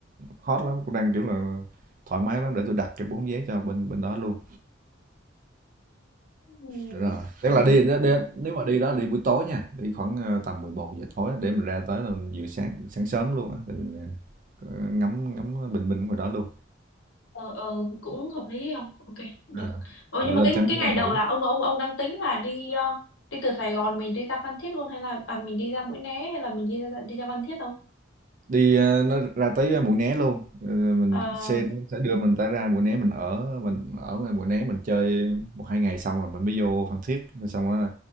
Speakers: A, on the right; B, on the left.
A: hot lắm, cũng đang kiểu là thoải mái lắm để tôi đặt cái bốn vé cho bên bên đó luôn.
B: Ừm,
A: Được Rồi, tức là đi, đi,
B: ngon.
A: đi nếu mà đi đó đi buổi tối nha, đi khoảng ờ, tầm 11 giờ tối á, để mình ra tới là mình vừa sáng sáng sớm luôn á, để mình ờ, ngắm ngắm bình minh ngoài đó luôn.
B: ờ ờ cũng hợp lý không ok được
A: À.
B: ờ
A: Rồi
B: nhưng mà
A: lên
B: cái
A: cho nó
B: cái ngày
A: lên
B: đầu
A: ngủ.
B: là ông ông ông đang tính là đi ờ, đi từ Sài Gòn mình đi ra Phan Thiết luôn hay là à, mình đi ra Mũi Né hay là mình đi ra đi ra Phan Thiết không
A: đi ờ, nó ra tới ờ, Mũi Né luôn Ờ, mình
B: à,
A: xe nó sẽ đưa mình tới ra Mũi Né mình ở mình ở ngoài Mũi Né mình chơi một hai ngày xong rồi mình mới vô Phan Thiết rồi xong rồi